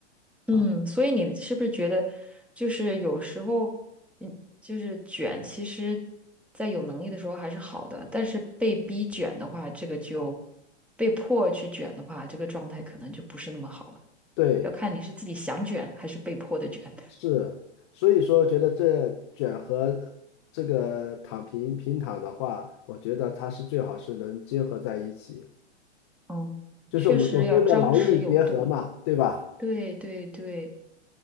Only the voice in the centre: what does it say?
嗯，
所以你是不是觉得，就是有时候，嗯，就是卷，其实，在有能力的时候还是好的，但是被逼卷的话，这个就被迫去卷的话，这个状态可能就不是那么好了。
要看你是自己想卷还是被迫的卷。<laughs>
嗯，
确实要张弛有度。
对对对，